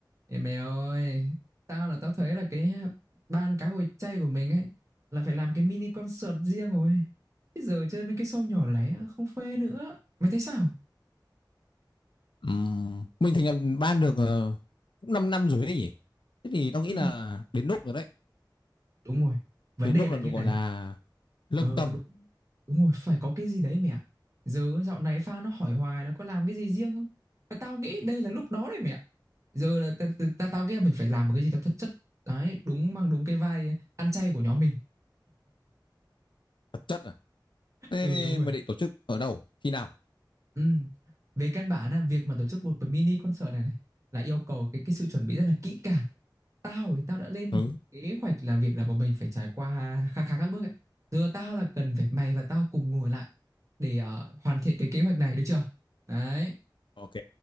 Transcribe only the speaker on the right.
Ê mày ơi, tao là tao thấy là cái ban cá hồi chay của mình ấy là phải làm cái mini concert riêng rồi. Bây giờ chơi mấy cái show nhỏ lẻ không phê nữa. Mày thấy sao?
Ừ,
đúng rồi. Vấn
đề
là
như
này.
Ờ
đúng, đúng rồi, phải có cái gì đấy mẹ. Giờ dạo này fan nó hỏi hoài nó có làm cái gì riêng không? Mà tao nghĩ đây là lúc đó đấy mẹ. Giờ là ta, ta, ta, tao nghĩ là mình phải làm một cái gì đó thật chất. Đấy, đúng mang đúng cái vai ăn chay của nhóm mình.
Ừ đúng rồi.
Ừ. Về căn bản là việc mà tổ chức một cái mini concert này này là yêu cầu cái cái sự chuẩn bị rất là kỹ càng. Tao thì tao đã lên
kế hoạch là việc là bọn mình phải trải qua khá khá các bước ấy. Giờ tao là cần phải mày và tao cùng ngồi lại để ờ, hoàn thiện cái kế hoạch này được chưa? Đấy